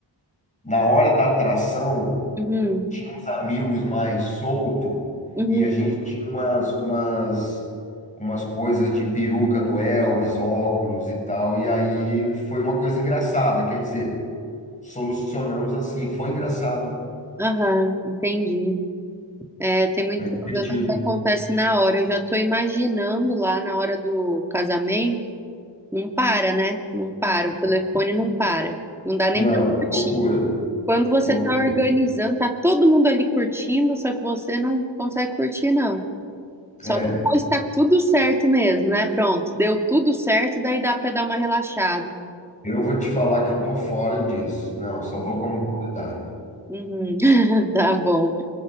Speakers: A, on the left; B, in the centre.
A: Na hora da atração,
B: Uhum,
A: tinha uns amigos mais solto
B: uhum,
A: e a gente tinha umas, umas, umas coisas de peruca do Elvis, óculos e tal. E aí foi uma coisa engraçada, quer dizer, solucionamos assim, foi engraçado,
B: aham, entendi. É, tem muito
A: foi divertido.
B: problema que acontece na hora. Eu já estou imaginando lá na hora do casamento. Não para, né? Não para. O telefone não para. Não dá nem
A: Não,
B: para curtir.
A: loucura,
B: Quando você
A: loucura.
B: está organizando, tá todo mundo ali curtindo, só que você não consegue curtir, não. Só
A: É.
B: depois tá tudo certo mesmo, né? Pronto, deu tudo certo, daí dá para dar uma relaxada.
A: Eu vou te falar que eu tô fora disso. Não, só vou como convidado.
B: Uhum. <laughs> Tá bom.